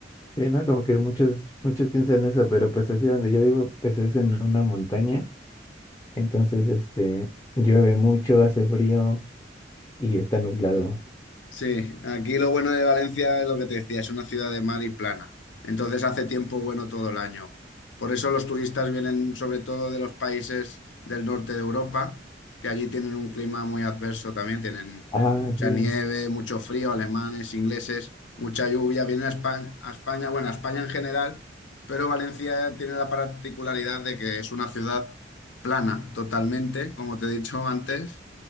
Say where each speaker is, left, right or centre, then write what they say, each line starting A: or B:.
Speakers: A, on the left (about 20°); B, on the left (about 80°).
A: sí, ¿no? Como que muchos, muchos piensan eso, pero pues así donde yo vivo, pues es en una montaña. Entonces, este, llueve mucho, hace frío y está nublado.
B: Sí, aquí lo bueno de Valencia es lo que te decía, es una ciudad de mar y plana. Entonces hace tiempo bueno todo el año. Por eso los turistas vienen sobre todo de los países del norte de Europa, que allí tienen un clima muy adverso también, tienen
A: Ah,
B: mucha
A: sí.
B: nieve, mucho frío, alemanes, ingleses, mucha lluvia. Vienen a España, a España, bueno, a España en general, pero Valencia tiene la particularidad de que es una ciudad plana totalmente, como te he dicho antes